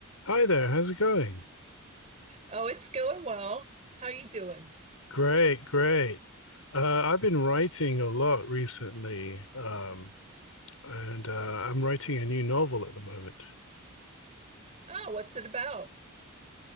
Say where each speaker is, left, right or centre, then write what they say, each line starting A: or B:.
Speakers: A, on the left; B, on the right.
A: Hi there, how's it going?
B: Oh, it's going well. How you doing?
A: Great, great. Uh, I've been writing a lot recently, um, and uh, I'm writing a new novel at the moment.
B: Oh, what's it about?